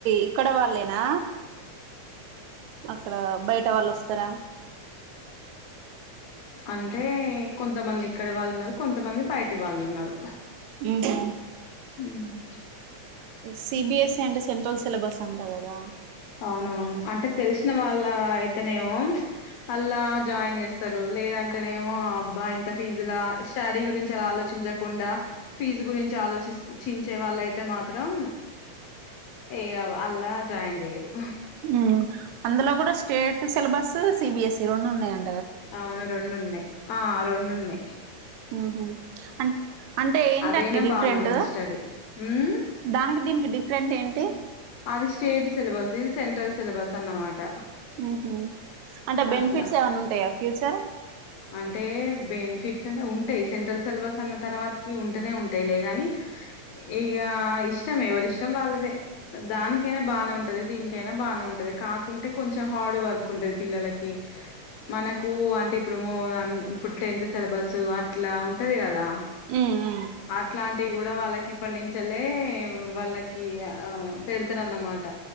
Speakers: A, on the right; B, on the left.
A: ఇక్కడ వాళ్ళేనా అక్కడా బైట వాళ్ళొస్తరా?
B: అంటే కొంతమంది ఇక్కడి వాళ్ళున్నరు కొంతమంది బయట వాళ్ళున్నరు.
A: మ్ హ్
B: మ్
A: సిబిఎస్ఈ అంటే సెంట్రల్ సిలబస్ అంట కదా
B: అవునవును అంటే తెల్సిన వాళ్ళ అయితేనేమో అల్లా జాయిన్ చేస్తారు లేదంటేనేమో అబ్బా ఇంత ఫీజులా స్టడీ గురించి ఆలోచిం చకుండా ఫీజు గురించే ఆలోచిస్ చించే వాల్లైతే మాత్రం ఏ ఇగ అల్లా జాయిన్ జేయరు.
A: ఉమ్ అందులో కూడా స్టేట్ సిలబస్, సిబిఎస్ఈ రొండు ఉన్నయం
B: అవును రొండున్నయి ఆ రొండున్నయి.
A: ఆహ అన్ అంటే ఏంటండి
B: అదైనా
A: డిఫరెంట్?
B: బానే ఉంది స్టడీ ఉమ్
A: దానికి దీనికి డిఫరెంట్ ఏంటి?
B: అది స్టేట్ సిబస్ ఇది సెంట్రల్ సిలబస్ అన్నమాట
A: ఉహ్మ్ అంటే బెనిఫిట్స్
B: అట్లా
A: ఏమన్న ఉంటయా ఫ్యూచర్
B: అంటే బెనిఫిట్స్ అంటే ఉంటాయి సెంట్రల్ సిలబస్ అన్న తర్వాతకి ఉంటేనే ఉంటాయి లేగాని ఇగా ఇష్టం ఎవరిష్టం వాళ్ళదే దానికైన బానే ఉంటది దీనికైన బా బానే ఉంటది కాకుంటే కొంచెం హార్డ్ వర్క్ ఉంటది పిల్లలకి మనకు అంటే ఇప్పుడు అన్ ఇప్పుడు టెన్త్ సిలబస్ అట్ల ఉంటది కదా
A: ఉమ్ ఉమ్.
B: అట్లాంటివి కూడ వాళ్ళకి ఇప్పటి నుంచలే వాళ్ళకి ఆ పెడతారన్న మాట